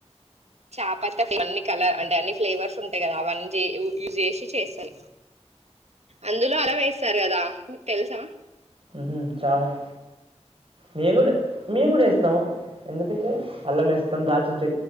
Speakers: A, on the right; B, on the right.
A: చాపత్త ఫే అన్ని కలర్ అంటే అన్ని ఫ్లేవర్స్ ఉంటయి కదా అవన్నీచే యూ యూజ్ చేసి చేస్తలే. అందులో అల్లం వేస్తారు కదా మీకు తెలుసా.
B: హుహ్ చాయ్ మేము కూడా మేము కూడా వేస్తము ఎందుకైతే అల్లం వేస్తాం దాల్చిన చె